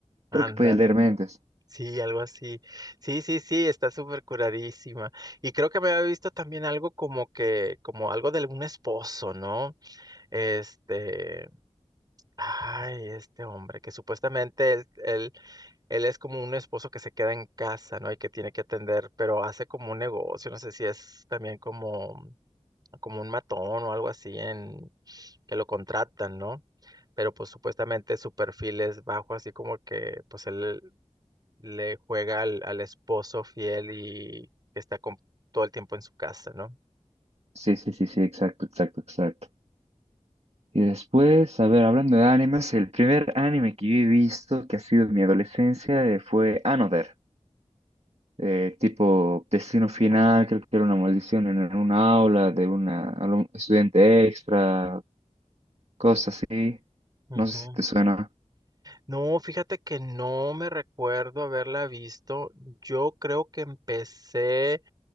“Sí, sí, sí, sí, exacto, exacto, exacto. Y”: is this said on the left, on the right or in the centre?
Right